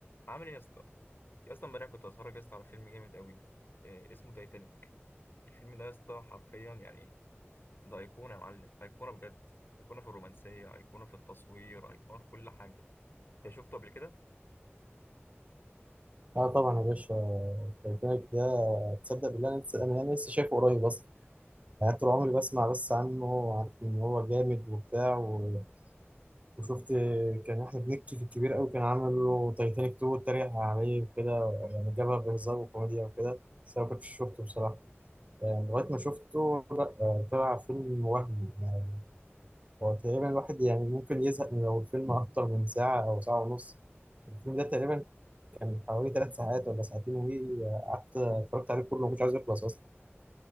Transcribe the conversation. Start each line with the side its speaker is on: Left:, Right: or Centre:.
Left: عامل ايه يا اسطى يا اسطى امبارح كنت اتفرج يا اسطى على فيلم جامد قوي آه اسمه تايتانيك الفيلم ده يا اسطى حرفيا يعني ده ايقونه يا معلم ايقونه بجد ايقونه في الرومانسيه ايقونه في التصوير ايقونه في كل حاجه انت شفته قبل كده
Right: اه طبعا يا باشا تايتانيك ده تصدق بالله انا لسه انا أنا لسه شايفه قريب اصلا يعني طول عمري بسمع بس عنه وعارف ان هو جامد وبتاع و... وشفت كان احمد مكي في الكبير قوي كان عامل له تايتانيك 2 واتريق عليه وكده يعني جابها بهزار وكوميديا وكده بس انا ما كنتش شفته بصراحه يعني لغايه ما شفته طلع فيلم وهمي يعني هو تقريبا الواحد يعني ممكن يزهق من لو الفيلم اكتر من ساعه او ساعه ونص الفيلم ده تقريبا كان حوالي ثلاث ساعات ولا ساعتين وي قعدت اتفرجت عليه كله مش عايز يخلص اصلا